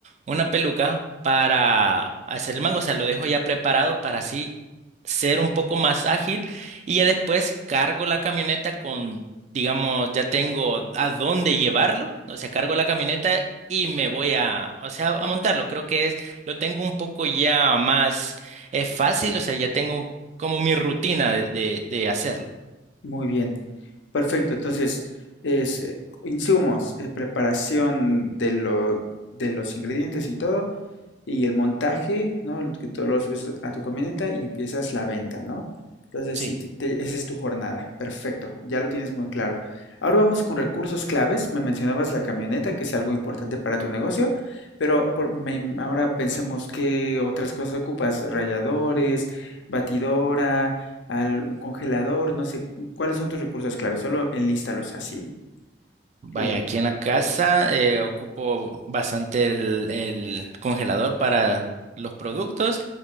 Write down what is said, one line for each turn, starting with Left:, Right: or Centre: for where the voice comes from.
Right: una peluca. para hacer el mango, o sea, lo dejo ya preparado para así ser un poco más ágil y ya después cargo la camioneta con, digamos, ya tengo a dónde llevarlo, o sea, cargo la camioneta y me voy a, o sea, a montarlo. Creo que es, lo tengo un poco ya más, es fácil, o sea, ya tengo como mi rutina de, de, de hacerlo.
Left: Muy bien, perfecto. Entonces, es, eh, insumos, eh, preparación de, lo- de los ingredientes y todo, y el montaje, ¿no? El Que todo lo subes a a tu camioneta y empiezas la venta, ¿no? Entonces,
Right: Sí.
Left: sí, te- te- esa es tu jornada. Perfecto, ya lo tienes muy claro. Ahora vamos con recursos claves. Me mencionabas la camioneta, que es algo importante para tu negocio, pero por- me- ahora pensemos qué otras cosas ocupas, ralladores, batidora al- un congelador, no sé, ¿Cuáles son tus recursos clave? Solo enlístalos así.
Right: Vaya,
Left: eh,
Right: aquí en la casa eh, ocupo bastante el, el congelador para los productos.